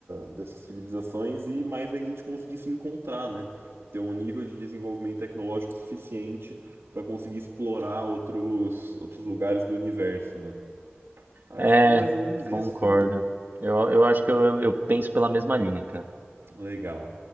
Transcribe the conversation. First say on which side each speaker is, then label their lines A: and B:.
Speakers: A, on the right; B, on the right.
A: dessas civilizações e mais ainda de conseguir se encontrar, né? Ter um nível de desenvolvimento tecnológico suficiente para conseguir explorar outros, outros lugares do universo, né? Acho
B: É,
A: que é mais ou menos isso.
B: concordo. Eu, eu acho que eu, eu penso pela mesma linha, cara.
A: Legal.